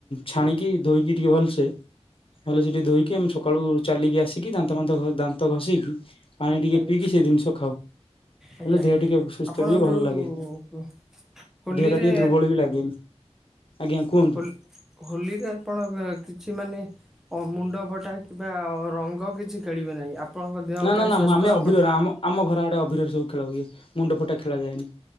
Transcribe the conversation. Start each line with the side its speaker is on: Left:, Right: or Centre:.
Left: ଛାଣିକି ଧୋଇକି ଟିକେ ଭଲସେ ଭଲସେ
Centre: ଆଜ୍ଞା
Left: ଟିକେ ଧୋଇକି ଆମେ ସକାଳୁ ଚାଲିକି ଆସିକି ଦାନ୍ତ ଫାନ୍ତ ଦାନ୍ତ ଘଷିକି ପାଣି ଟିକେ
Centre: ଆଜ୍ଞା
Left: ପିଇକି ସେ ଜିନିଷ ଖାଉ
Centre: ଆଜ୍ଞା
Left: ହେଲେ ଦେହ ଟିକେ ସୁସ୍ଥ
Centre: ଆପଣ
Left: ରୁହେ
Centre: ଯୋଉ
Left: ଭଲ ଲାଗେ।
Centre: ହୋଲିରେ
Left: ଦେହଟା ଟିକେ ଦୁର୍ବଳ ବି ଲାଗେନି। ଆଜ୍ଞା କୁହନ୍ତୁ
Centre: ହ ହୋଲିରେ ଆପଣ କିଛି ମାନେ ମୁଣ୍ଡ ଫଟା ରଙ୍ଗ କିଛି ଖେଳିବେ ନାହିଁ ଆପଣଙ୍କ ଦେହ
Left: ନା
Centre: ପାଇଁ
Left: ନା ନା
Centre: ସ୍ୱାସ୍ଥ୍ୟ
Left: ମୁଁ ଆମେ
Centre: ଆପଣ
Left: ଅଭିର ଆମ ଆମ ଘର ଆଡେ ଅଭିିର ସବୁ ଖେଳ ହୁଏ ମୁଣ୍ଡ ଫଟା ଖେଳାଯାଏନି